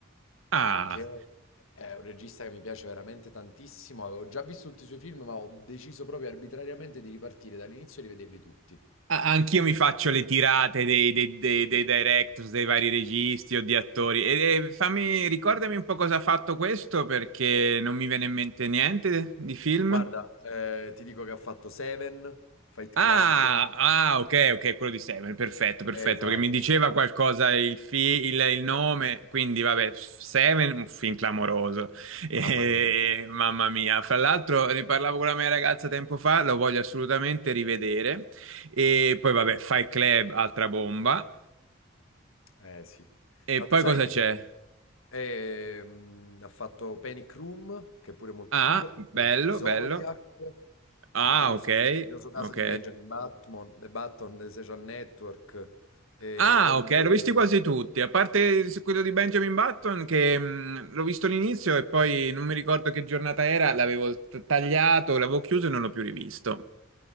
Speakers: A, on the right; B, on the left.
A: Ah,
B: che è un regista che mi piace veramente tantissimo. Avevo già visto tutti i suoi film, ma ho deciso proprio arbitrariamente di ripartire dall'inizio e rivederli tutti.
A: A- Anch'io mi faccio le tirate dei, dei, dei- dei directors, dei vari registi o di attori. E, e fammi, ricordami un po' cosa ha fatto questo perché non mi viene in mente niente di film.
B: Guarda, eh, ti dico che ha fatto Seven, Fight
A: Ah,
B: Club.
A: ah, ok, ok, quello di Seven, perfetto, perfetto,
B: Esatto,
A: perché mi diceva qualcosa il, fi- il- il nome, quindi vabbè, Seven, un film clamoroso, <laughs> E-
B: mamma mia.
A: mamma mia, fra l'altro ne parlavo con la mia ragazza tempo fa, lo voglio assolutamente rivedere, e poi vabbè, Fight Club, altra bomba,
B: Eh sì.
A: E
B: Ma
A: poi
B: tu sai
A: cosa c'è?
B: Mm. che ehm, ha fatto Panic Room, che è pure molto
A: Ah,
B: figo,
A: bello,
B: poi Zodiac,
A: bello. Ah,
B: il curioso,
A: ok,
B: il curioso caso
A: ok.
B: di Benjamin Button, The Button, The Social Network, eh,
A: Ah,
B: Gone
A: ok,
B: Girl.
A: l'ho visti quasi tutti, a parte quello di Benjamin Button che mh, l'ho visto all'inizio e poi non mi ricordo che giornata era, l'avevo t- tagliato, l'avevo chiuso e non l'ho più rivisto.